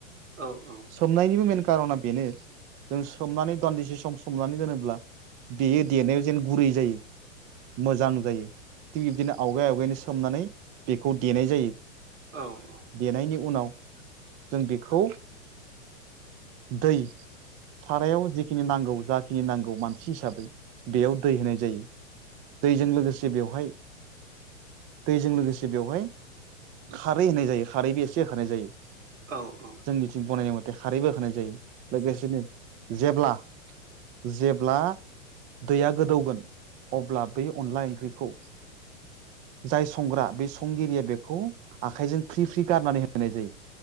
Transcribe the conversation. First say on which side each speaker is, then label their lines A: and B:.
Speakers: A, on the right (about 80°); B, on the right (about 25°).
A: औ औ
B: सोमनायनिबो मेन कारना बेनो जों सोमनानै दान्दिसे सम सोमनानै दोनोब्ला देयो देनायाव जेन गुरै जायो। मोजां जायो थिग बिब्दिनो आवगाय आवगायनो सोमनानै बेखौ देनाय जायो।
A: औ औ
B: देनायनि उनाव जों बेखौ दै सारायाव जिखिनि नांगौ जा खिनि नांगौ मानसि हिसाबै बेयाव दै होनाय जायो दैजों लोगोसे बेवहाय दैजों लोगोसे बेवहाय खारै होनाय जायो खारैबो एसे होखानाय जायो।
A: औ औ।
B: जोंनिथिं बनायनाय मथे खारैबो होनानाय जायो लोगोसेनो जेब्ला जेब्ला दैया गोदौगोन अब्ला बे अनला ओंख्रिखौ जाय संग्रा बे संगिरिया बेखौ आखाइजों फ्रि फ्रि गारनानै होनाय जायो